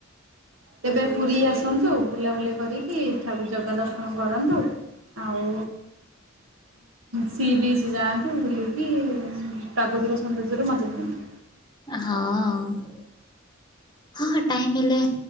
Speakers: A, on the right; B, on the left.
A: ତେବେ ପୁରୀ ଆସନ୍ତୁ ବୁଲାବୁଲି କରିକି ଠାକୁ ଜଗା ଦର୍ଶନ କରନ୍ତୁ ଆଉ ସି ବିଚ୍ ଯାଆନ୍ତୁ ବୁଲିକି ପ୍ରାକୃତିକ ସୌନ୍ଦର୍ଯ୍ୟରେ ମଜା ନିଅନ୍ତୁ
B: ହଁ ହଁ ହଁ ଟାଇମ ହେଲେ